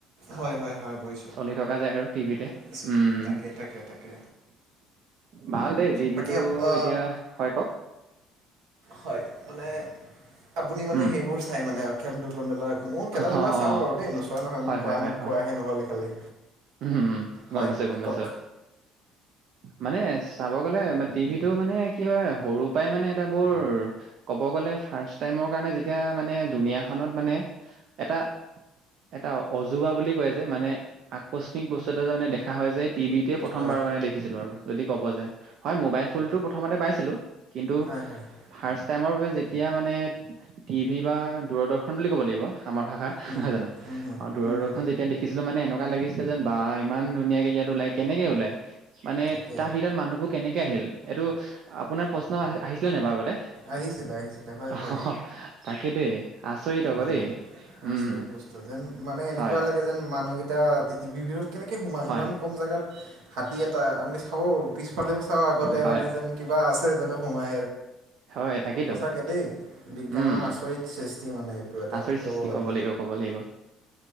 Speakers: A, on the right; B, on the right.
A: হয় হয় হয় বুজিছোঁ
B: চলি থকা যায় আৰু টিভিতে।
A: বুজিছোঁ।
B: উম- উম।
A: তাকে তাকে তাকে
B: ভাল দেই টিভিটো
A: বাকী আপ আ
B: এতিয়া, হয় কওক।
A: হয়, মানে আপুনি মানে
B: উম,
A: সেইবোৰ চাই মানে খেলা-ধূলাবিলাক। মইও খেলা-ধূলা
B: অ', অ',
A: চাওঁ বাৰু দেই, নোচোৱা নহয়।
B: হয়,
A: মই কোৱা
B: হয়, হয়, হয়,
A: কোৱাহে নহ'লে খালি।
B: উম,
A: হয়
B: গম পাইছো, গম
A: কওক
B: পাইছো। মানে চাব গ'লে টিভিটো মানে কি হয় সৰু পৰাই মানে এটা বৰ ক'ব গ'লে ফাৰ্ষ্ট টাইমৰ কাৰণে যেতিয়া মানে দুুনীয়াখনত মানে এটা এটা অজোবা বুলি কয় যে মানে আকস্মিক বস্তু এটা যে মানে দেখা হয় যে, টিভিতোৱে প্ৰথমবাৰৰ
A: হয়
B: কাৰণে দেখিছিলোঁ আৰু। যদি ক'ব যায়। হয় মোবাইল ফোলটো প্ৰথমতে পাইছিলো, কিন্তু
A: হয় হয় হয়।
B: ফাৰ্ষ্ট টাইমৰ বাবে যেতিয়া মানে টিভি বা দূৰদৰ্শন বুলি ক'ব লাগিব আমাৰ ভাষাত।
A: উম
B: নহয় জানো?
A: হুম হুম
B: অ' দূৰদৰ্শন
A: হুম হুম
B: যে যেতিয়া দেখিছিলো মানে এনেকুৱা লাগিছিলে যেন বা আ ইমান ধুনীয়াকে ইয়াত ওলাই, কেনেকে ওলাই? মানে
A: তাকে
B: তাৰ ভিতৰত মানুহবোৰ কেনেকে আহিল? এইটো আপোনাৰ প্ৰশ্ন আহিছিলে নাই বাৰো আগতে?
A: আহিছিলে আহিছিলে হয়
B: অ',
A: হয়
B: তাকে দেই। আচৰিত আকৌ
A: মানে
B: দেই।
A: আচৰিত
B: উম
A: বস্তু যেন মানে এনেকুৱা
B: হয়
A: লাগে যেন মানুহকেইটা ভিডিঅ'ত কেনেকে সোমাল
B: হয়
A: ইমান কম জেগাত? হাতী এটা আমি চাওঁ, পিছফালেও চাওঁ আগতে
B: হয়
A: মানে যেন কিবা আছে যেন সোমাই।
B: হয় তাকেইতো
A: সঁচাকে দেই। বিজ্ঞানৰ
B: উম
A: আচৰিত সৃষ্টি মানে। এটা
B: আচৰিত সৃষ্টি,
A: গ'লে
B: ক'ব লাগিব ক'ব লাগিব।